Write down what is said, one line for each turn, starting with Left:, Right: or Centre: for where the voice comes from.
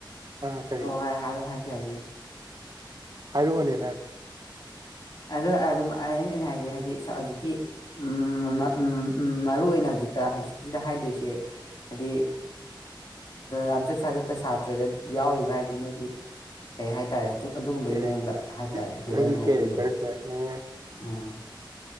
Right: ꯑ ꯀꯔꯤ
Left: ꯑꯣ ꯑꯗꯨ ꯍꯥꯏ ꯑꯦꯕꯤꯌꯨ
Right: ꯍꯥꯏꯔꯛꯑꯣꯅꯦꯅꯪ
Left: ꯑꯗ ꯑꯗꯨꯝ ꯑꯅꯟ ꯑꯦꯅ ꯍꯥꯏꯁꯩ ꯍꯥꯏꯗꯤ ꯍꯧꯖꯤꯛꯀꯤ ꯎꯃꯝ ꯏꯝꯝ ꯃꯔꯨ ꯑꯣꯢꯅ ꯍꯧꯖꯤꯛꯇ ꯍꯧꯖꯤꯛꯀꯤꯁꯤꯗ ꯍꯥꯏꯗꯣꯏꯁꯦ ꯍꯥꯏꯗꯤ ꯂꯝꯆꯠ ꯁꯥꯖꯠꯇ ꯁꯥꯇ꯭ꯔꯗ ꯌꯥꯎꯔꯤꯕ ꯍꯥꯏꯗꯤ ꯃꯣꯏꯒꯤ ꯀꯩ ꯍꯥꯏꯇꯥꯥꯔꯦ ꯑꯗꯨ ꯑꯗꯨꯒꯨꯝꯕꯒꯤ
Right: ꯀꯦꯔꯦꯛꯇꯔ
Left: ꯃꯑꯣꯡꯗ ꯍꯥꯏꯇꯥꯔꯦ ꯑꯗꯨꯗ
Right: ꯅꯪꯒꯤ
Left: ꯑꯣꯏꯅ
Right: ꯀꯦꯔꯦꯛꯇꯔꯁꯦ
Left: ꯍꯥꯏꯕꯤꯌꯣꯕ
Right: ꯎꯝ
Left: ꯑꯥ